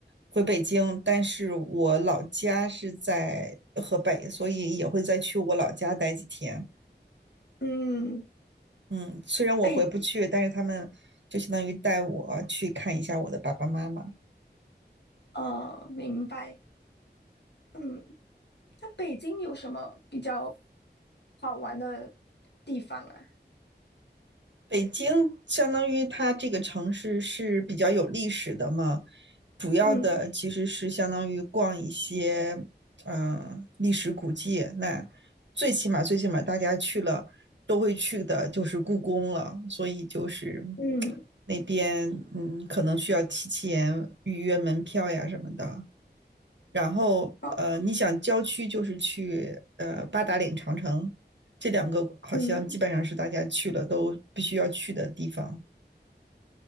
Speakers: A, on the right (about 85°); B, on the left (about 70°).
A: 回北京。但是我老家是在河北，所以也会再去我老家待几天。
B: 嗯，
A: 嗯，虽然我回不去，
B: 被
A: 但是他们就相当于带我去看一下我的爸爸妈妈。
B: 呃明白。嗯。那北京有什么比较好玩的地方啊？
A: 北京相当于它这个城市是比较有历史的嘛，主要的其实是相当于逛一些嗯、
B: 嗯
A: 呃历史古迹。那最起码最起码大家去了都会去的就是故宫了，所以就是
B: 嗯，
A: 那边嗯可能需要提前预约门票呀什么的。然后呃，
B: 好，
A: 你想郊区就是去呃八达岭长城，这两个好像基本上是大家去了都必须要去的地方。
B: 嗯，